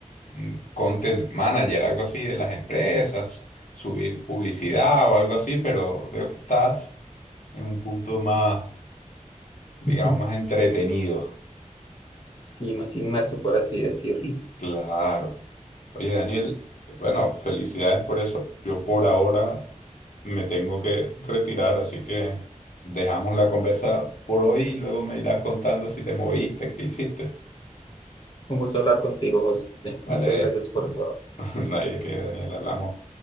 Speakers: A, on the left; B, on the left.
A: un content manager, algo así de las empresas, subir publicidad o algo así, pero veo que estás en un punto más, digamos,
B: <laughs>
A: más entretenido.
B: Sí, más inmerso, por así decirlo.
A: Claro. Oye, Daniel, bueno, felicidades por eso. Yo por ahora me tengo que retirar, así que dejamos la conversa por hoy y luego me irás contando si te moviste, qué hiciste.
B: Un gusto hablar contigo, José.
A: Vale,
B: Muchas gracias por todo.
A: <laughs> nadie que Daniel, hablamos.